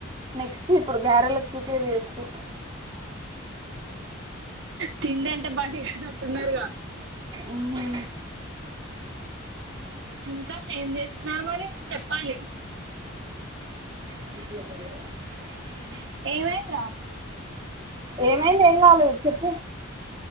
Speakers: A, on the right; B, on the right.
A: నెక్స్ట్ ఇప్పుడు గారెల పరు చేస్తూ <inaudible>
B: తిండి అంటే బండి తట్టున్నారుగా
A: ఉమ్
B: ఇంకా ఏం చేస్తున్నారు మరి చెప్పాలి
A: <inaudible>
B: ఏం అయ్యింది రా
A: ఏమైంది ఏం కాలేదు చెప్పు